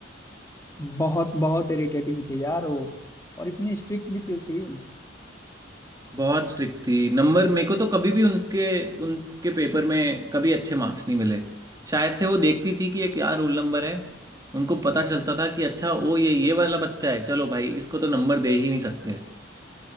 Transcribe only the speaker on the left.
बहुत बहुत इरिटेटिंग थी यार वो और इतनी स्ट्रिक्ट भी तो थी